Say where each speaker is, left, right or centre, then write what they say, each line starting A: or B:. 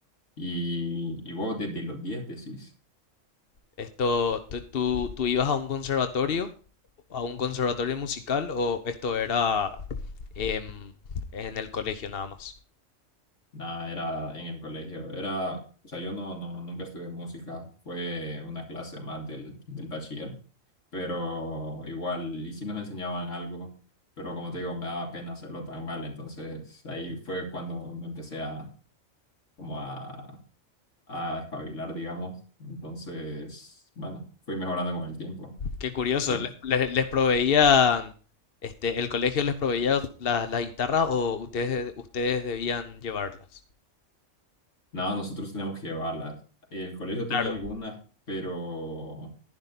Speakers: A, on the left; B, on the left.
A: Y, y vos desde los 10 decís,
B: ¿Esto, tú, tú- tú ibas a un conservatorio, a un conservatorio musical o esto era em, en el colegio nada más?
A: nada, era en el colegio, era, o sea, yo no, no, nunca estudié música, fue una clase más del, del bachiller, pero igual, y sí nos enseñaban algo, pero como te digo, me daba pena hacerlo tan mal, entonces ahí fue cuando me empecé a, como a a espabilar, digamos. Entonces, bueno, fui mejorando con el tiempo.
B: Qué curioso,
A: Pero
B: le- le- les, proveían, este, el colegio les proveía la, la guitarra o ustedes, ustedes debían llevarlas.
A: nada, nosotros teníamos que llevarlas. El colegio tenía
B: Claro.
A: algunas, pero